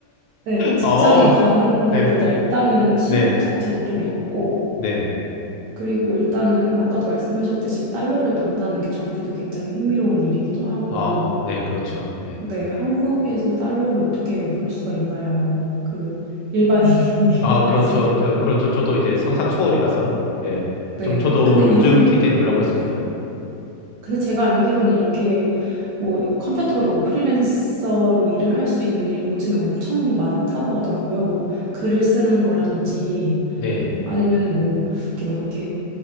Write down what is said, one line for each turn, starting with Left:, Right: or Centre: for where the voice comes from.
Right: 네, 직장에
Left: 어,
Right: 가는 것보다
Left: 네네.
Right: 일단은 시급
Left: 네,
Right: 자체도 좀 높고,
Left: 네.
Right: 그리고 일단은 아까도 말씀하셨듯이 달러를 번다는 게 저한테도 굉장히 흥미로운 일이기도 하고,
Left: 아, 네, 그렇죠. 네.
Right: 네, 한국에서 달러를 어떻게 벌 수가 있나요? 그 일반인이.
Left: 아,
Right: <laughs>
Left: 그렇죠.
Right: 그래서,
Left: 저, 그렇죠. 저도 이제 상상 초월이라서, 예.
Right: 네,
Left: 좀 저도
Right: 근데 이런,
Left: 요즘 굉장히 놀라고 있습니다.
Right: 네. 근데 제가 알기로는 이렇게 뭐 컴퓨터로 프리랜서로 일을 할 수 있는 일이 요즘에 엄청 많다고 하더라고요. 뭐 글을 쓰는 거라든지
Left: 네,
Right: 아니면은 뭐 이렇게 뭐 이렇게